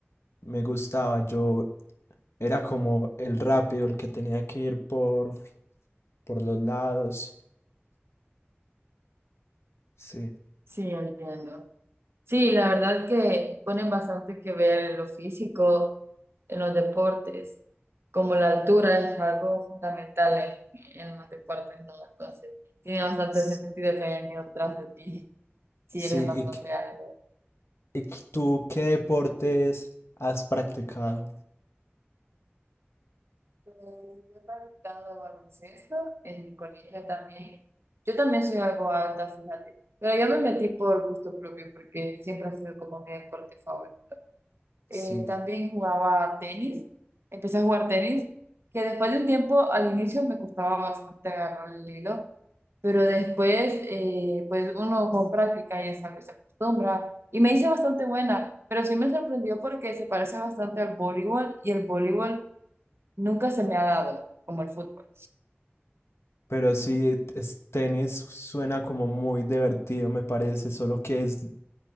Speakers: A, on the left; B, on the right.
A: me gustaba. Yo era como el rápido, el que tenía que ir por, por los lados. Sí.
B: Sí, entiendo. Sí, la verdad que ponen bastante que ver en lo físico, en los deportes, como la altura es algo fundamental en, en los deportes, ¿no? Entonces, tiene bastante
A: S-
B: sentido que hayan ido atrás de ti <laughs> si
A: Sí,
B: eres bastante
A: ¿y, qué-
B: alto.
A: y qué- tú qué deportes has practicado?
B: Pues, yo he practicado baloncesto en mi colegio también. Yo también soy algo alta, fíjate. Pero yo me metí por gusto propio porque siempre ha sido como mi deporte favorito. Eh,
A: Sí,
B: también jugaba tenis. Empecé a jugar tenis, que después de un tiempo, al inicio me costaba bastante agarrar el hilo, pero después, eh, pues uno con práctica ya sabe, se acostumbra. Y me hice bastante buena, pero sí me sorprendió porque se parece bastante al voleibol y el voleibol nunca se me ha dado como el fútbol.
A: pero sí, es- tenis suena como muy divertido, me parece, solo que es